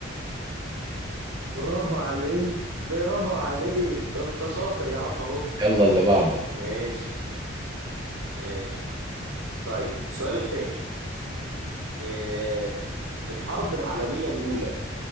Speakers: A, on the right; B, on the right.
A: برافو عليك برافو عليك ده انت شاطر يا عم اهو
B: يلا اللي بعده
A: ماشي ماشي طيب السؤال التاني إيه الحرب العالمية الأولى